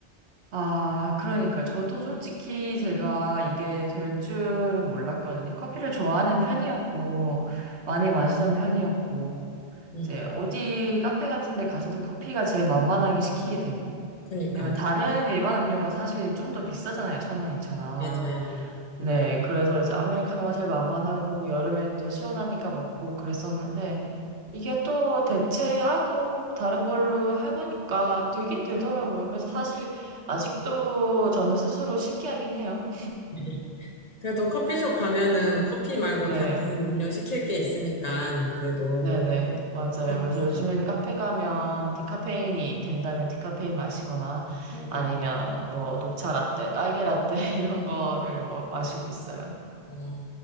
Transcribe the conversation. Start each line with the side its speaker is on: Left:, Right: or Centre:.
Right: 아, 그러니까. 저도 솔직히 제가 이게 될 줄은 몰랐거든요. 커피를 좋아하는 편이었고, 많이 마시던 편이었고,
Left: 음,
Right: 이제 어디 카페 같은 데 가서도 커피가 제일 만만하게 시키게 되고.
Left: 그니까.
Right: 왜냐면 다른 일반 음료가 사실 좀 더 비싸잖아요. 천 원, 이천 원.
Left: 맞아요.
Right: 네, 그래서 이제 아메리카노가 제일 만만하고 여름엔 또 시원하니까 먹고 그랬었는데 이게 또 대체하고 다른 걸로 해보니까 되긴 되더라고요. 그래서 사실 아직도 저는 스스로 신기하긴 해요.
Left: <laughs> 그래도 커피숍 가면은 커피 말고
Right: 네,
Left: 다른 음료 시킬 게 있으니까 그래도
Right: 네네, 맞아요.
Left: 괜찮겠어요.
Right: 그래서 요즘엔 카페 가면 디카페인이 된다면 디카페인 마시거나
Left: 음,
Right: 아니면 뭐 녹차 라떼, 딸기 라떼 <laughs> 이런 거를 뭐 마시고 있어요.
Left: 어,